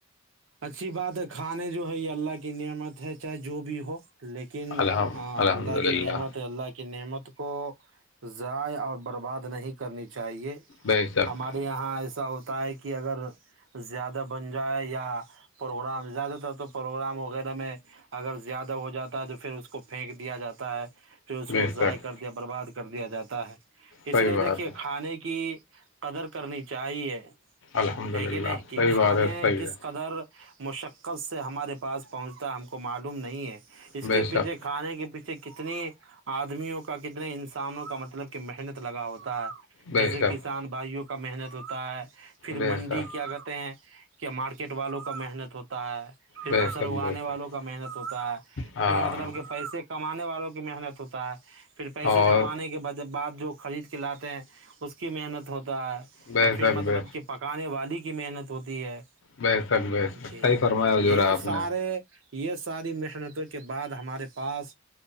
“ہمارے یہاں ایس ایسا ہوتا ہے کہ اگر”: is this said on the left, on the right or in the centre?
Right